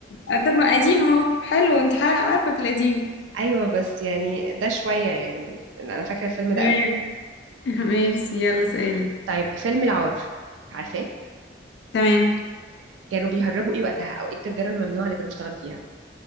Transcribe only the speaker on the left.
آه، طب ما قديم اهو حلو انت حا- عارفة في القديم
ايوه <laughs> ماشي يلا سؤالك
تمام